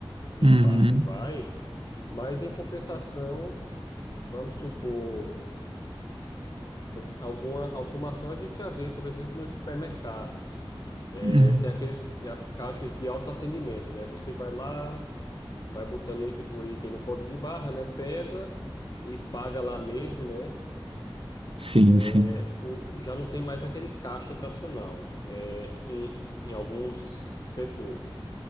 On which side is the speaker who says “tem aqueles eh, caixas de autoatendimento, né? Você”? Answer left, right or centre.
Left